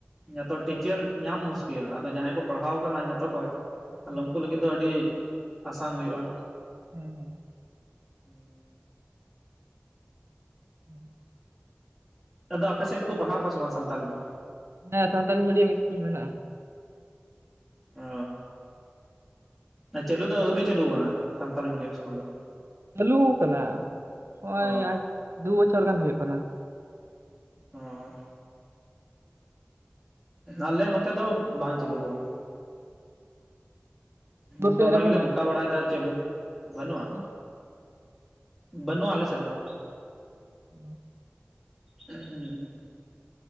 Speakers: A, in the centre; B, on the right.
A: ᱱᱤᱛᱚᱜ ᱴᱤᱪᱟᱨ ᱧᱟᱢ ᱢᱩᱥᱠᱤᱞ ᱟᱫᱚ ᱡᱟᱦᱟᱸᱭ ᱠᱚ ᱯᱟᱲᱦᱟᱣ ᱟᱠᱟᱱᱟ ᱧᱚᱛᱚ ᱠᱷᱚᱡ ᱮᱠᱷᱟᱱ
B: ᱦᱮᱸ
A: ᱩᱱᱠᱩ ᱞᱟᱹᱜᱤᱫ ᱫᱚ ᱟᱹᱰᱤᱜ ᱟᱥᱟᱱ ᱦᱩᱭᱩᱜ-ᱟ᱾
B: <inaudible>
A: <inaudible>
B: <inaudible>
A: ᱟᱫᱚ ᱟᱯᱮ ᱥᱮ ᱫᱩᱠᱩ ᱯᱟᱲᱦᱟᱣ ᱠᱚᱣᱟ ᱥᱮ ᱵᱟᱝ ᱥᱟᱱᱛᱟᱞ ᱫᱚ
B: ᱦᱮᱸ ᱥᱟᱶᱛᱟᱞᱤ ᱢᱤᱰᱤᱭᱟᱢ ᱤᱥᱠᱩᱞ ᱢᱮᱱᱟ-ᱟ
A: ᱚ ᱟᱨ ᱪᱟᱹᱞᱩ ᱫᱚ ᱟᱹᱣᱨᱤ ᱪᱟᱹᱞᱩ ᱠᱟᱱᱟ ᱥᱟᱱᱛᱟᱞᱤ ᱢᱤᱰᱤᱭᱟᱢ ᱤᱥᱠᱩᱞ ᱫᱚ
B: ᱪᱟᱹᱞᱩ ᱟᱠᱟᱱᱟ ᱦᱚᱸᱚᱭ
A: ᱚ
B: ᱟᱪ ᱫᱩ ᱵᱚᱪᱷᱚᱨ ᱜᱟᱱ ᱦᱩᱭᱩᱜ ᱠᱟᱱᱟ
A: ᱚ ᱟᱞᱮ ᱱᱚᱛᱮ ᱫᱚ ᱵᱟᱝ ᱪᱟᱹᱞᱩ ᱠᱟᱱᱟ
B: ᱥᱩᱨ
A: ᱟᱫ
B: ᱥᱮᱫ
A: ᱚᱱᱟ
B: ᱨᱮ
A: ᱜᱮᱞᱮ
B: ᱵᱟᱹᱱᱩᱜᱼᱟ
A: ᱜᱚᱴᱟ ᱵᱟᱲᱟᱭᱫᱟ ᱪᱟᱹᱞᱩ ᱵᱟᱹᱱᱩᱟ
B: ᱦᱩᱸ
A: ᱵᱟᱹᱱᱩ-ᱟ ᱟᱞᱮ ᱥᱮᱫ ᱫᱚ
B: <inaudible>
A: ᱦᱩᱸ